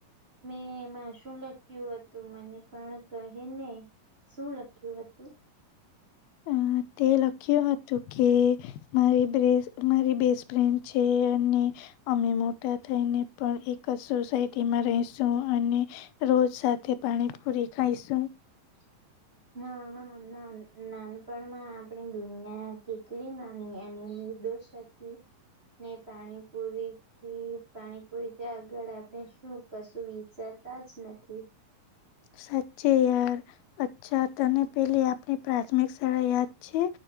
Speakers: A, on the right; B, on the left.
A: મેં એમાં શું લખ્યું હતું મને પણ કહે ને શું લખ્યું કહ્યું હતું
B: અ તે લખ્યું હતું કે મારી બે મારી બેસ્ટફ્રેન્ડ છે. અમે મોટા થઈ ને પણ એક જ સોસાયટીમાં રેસુ અને રોજ સાથે પાણીપુરી ખાઈશું
A: <inaudible> હા હા ના નાનપણમાં આપણી દુનિયા કેટલી નાની એની <unintelligible> ને પાણીપુરી થી પાણીપુરિ થી આગળ આપણે શું કશું વિચાર તા જ નથી
B: સાચે યાર અચ્છા તને પેલી આપણી પ્રાથમિક શાળા યાદ છે.